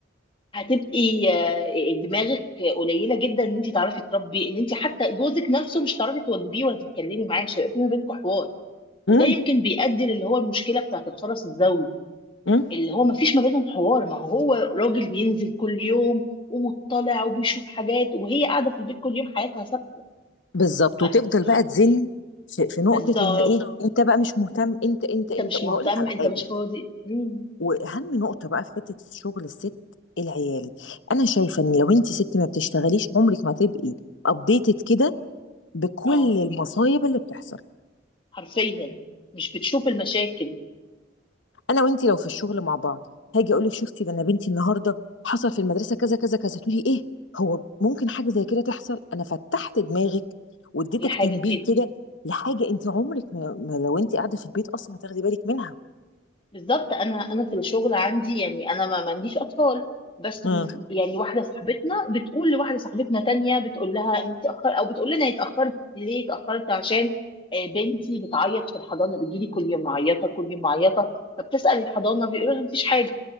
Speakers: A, on the left; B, on the left.
A: هتبقي آه، دماغك قليله جدا ان انت تعرفي تربي ان انت حتى جوزك نفسه مش هتعرفي تواجهيه ولا تتكلمي معاه مش هيبقى في ما بينكم حوار وده
B: امم
A: يمكن بيؤدي للي هو المشكله بتاعت الخرس الزوجي
B: امم
A: اللي هو ما فيش ما بينهم حوار ما هو هو راجل بينزل كل يوم ومطلع وبيشوف حاجات وهي قاعده في البيت كل يوم حياتها ثابته
B: بالظبط
A: ف-
B: وتفضل بقى
A: ف-
B: تزن في في نقطه
A: بالظبط
B: ان ايه انت بقى مش مهتم انت انت
A: انت
B: انت
A: مش
B: وهقول
A: مهتم
B: لك على
A: انت
B: حاجه
A: مش فاضي مم.
B: واهم نقطه بقى في حته شغل الست العيال انا شايفه ان لو انت ست ما بتشتغليش عمرك ما هتبقي ابديتد كده بكل
A: اه
B: المصايب اللي بتحصل
A: حرفيا مش بتشوف المشاكل
B: انا وانت لو في الشغل مع بعض هاجي اقول لك شفتي ده انا بنتي النهارده حصل في المدرسه كذا كذا كذا تقولي ايه هو ممكن حاجه زي كده تحصل انا فتحت دماغك واديتك
A: لحاجه
B: تنبيه
A: كده
B: كده لحاجه انت عمرك ما ما لو انت قاعده في البيت اصلا هتاخدي بالك منها
A: بالظبط انا انا في الشغل عندي يعني انا ما ما عنديش اطفال بس م-
B: امم
A: يعني واحده صاحبتنا بتقول لواحده صاحبتنا تانية بتقول لها انت اتاخر او بتقول لنا اتاخرت ليه اتاخرت عشان آه، بنتي بتعيط في الحضانه بتجيلي كل يوم معيطه كل يوم معيطه فبتسال الحضانه بيقولوا لها مفيش حاجه